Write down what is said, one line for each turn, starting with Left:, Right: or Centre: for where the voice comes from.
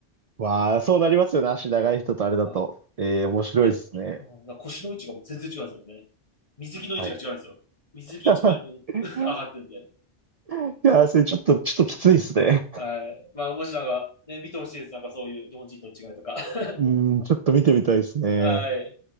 Right: わあ、そうなりますよね。足長い人とあれだと。
Left: はい。
Right: ええ、面白いですね。
Left: で、うんだから腰の位置がもう全然違うんですよね。水着の位置が違うんですよ。
Right: はい。
Left: 水着1枚分
Right: <laughs>
Left: <laughs> 上がってるんで。
Right: いやー、それちょっと、ちょっときついですね。
Left: はい。まあ、もしなんか、ね、見てほしいです。なんかそういう日本人との違いとか。<laughs>
Right: うん、ちょっと見てみたいですね。
Left: はい。